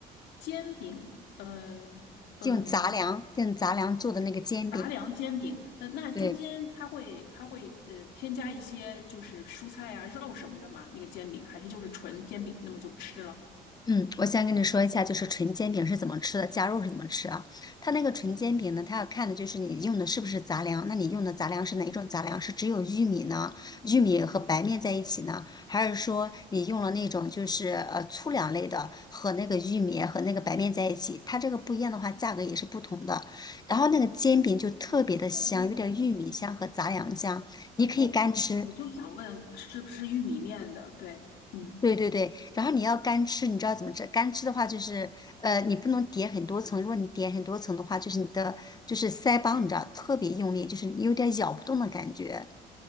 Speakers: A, on the left; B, on the left.
A: 煎饼，呃嗯，
B: 用杂粮用杂粮做的那个煎饼，
A: 杂粮煎饼，呃，那中间它会它会呃添加一些就是蔬菜啊、
B: 对。
A: 肉什么的嘛，那个煎饼还是就是纯煎饼，那么就吃了。
B: 嗯，我先跟你说一下，就是纯煎饼是怎么吃的，加肉是怎么吃啊？它那个纯煎饼呢，它要看的就是你用的是不是杂粮。那你用的杂粮是哪一种杂粮？是只有玉米呢？玉米和白面在一起呢？还是说你用了那种就是呃粗粮类的和那个玉米和那个白面在一起？它这个不一样的话，价格也是不同的。然后那个煎饼就特别的香，
A: 哦
B: 有点玉米香和杂粮香，你可以干吃，
A: 哦，我就想问是不是玉米面的？对，嗯。
B: 对对对，然后你要干吃，你知道怎么吃？干吃的话就是，呃，你不能叠很多层。如果你叠很多层的话，就是你的就是腮帮，你知道特别用力，就是你有点咬不动的感觉。